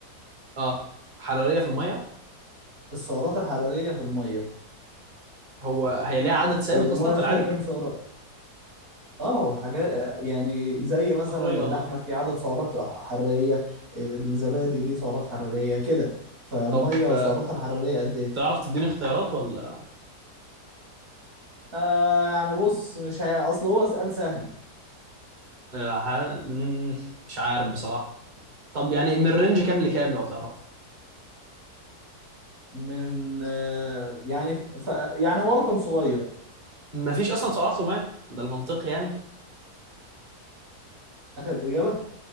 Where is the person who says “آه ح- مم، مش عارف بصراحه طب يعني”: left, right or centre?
Right